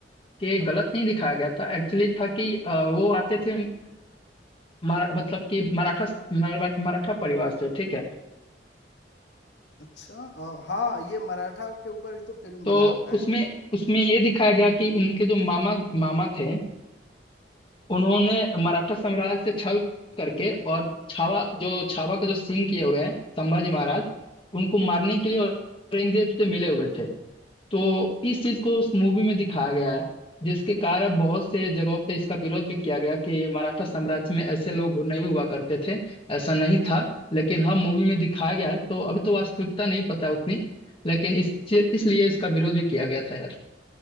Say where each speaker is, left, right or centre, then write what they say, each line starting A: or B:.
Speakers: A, on the left (about 30°); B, on the left (about 80°).
A: कि गलत नहीं दिखाया गया था एक्चुअली था कि अ, वो आते थे मरा, मतलब कि मराठा मरा- मराठा परिवार से ठीक है
B: अच्छा अ, हाँ ये मराठा के ऊपर भी तो फिल्म बना
A: तो
B: हुआ
A: उसमें
B: है
A: उसमें ये दिखाया गया कि उनके जो मामा मामा थे उन्होंने मराठा साम्राज्य से छल करके और छावा जो छावा का जो सीन किए हुए हैं संभाजी महाराज उनको मारने के लिए औरंगजेब से मिले हुए थे तो इस चीज को उस मूवी में दिखाया गया है जिसके कारण बहुत से जगहों पे इसका विरोध भी किया गया कि मराठा साम्राज्य में ऐसे लोग हो नहीं हुआ करते थे ऐसा नहीं था लेकिन हाँ मूवी में दिखाया गया है तो अभी तो वास्तविकता नहीं पता उतनी लेकिन इस इसलिए इसका विरोध भी किया गया था यार